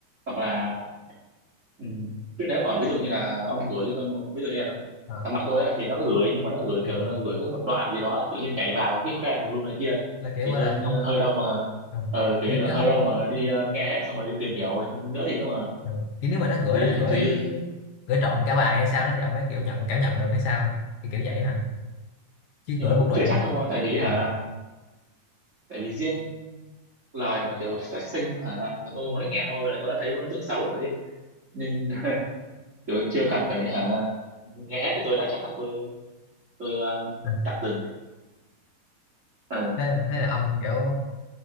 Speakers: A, on the right (about 75°); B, on the left (about 75°).
A: hoặc là Ừ. Chứ nếu mà ví dụ như là ông gửi cho tôi một- ví dụ như là
B: à,
A: thằng bạn tôi á thì nó gửi nhưng mà nó gửi
B: ừ.
A: kiểu nó gửi cái một đoạn gì đó tự nhiên nhảy vào cái khoen tùm lum này kia
B: là kiểu
A: thì
B: gọi
A: tôi
B: là không
A: như
B: có
A: hơi đâu mà
B: à,
A: ờ, kiểu
B: kiểu,
A: như là
B: kiểu
A: hơi
B: không
A: đâu mà đi ờ, nghe hết xong rồi đi tìm hiểu nữa thì cơ mà
B: ừ. kiểu nếu mà nó gửi
A: thì,
B: là phải
A: thì,
B: gửi
A: thì
B: gửi trọn cả bài hay sao đó thì ông ấy kiểu nhận cảm nhận được hay sao thì kiểu vậy hả chứ
A: nhưng
B: gửi
A: mà
B: một
A: cũng
B: đoạn
A: chưa chắc đâu mà tại vì hả
B: à,
A: tại vì riêng lời mà kiểu phát sinh hả của tôi mới nghe thôi là tôi đã thấy có ấn tượng xấu rồi ấy. nên <laughs> kiểu chưa cần phải hả nghe hết thì tôi đã chắc là tôi tôi ờ,
B: à.
A: tạm dừng này ờ
B: Thế, là- thế là ông kiểu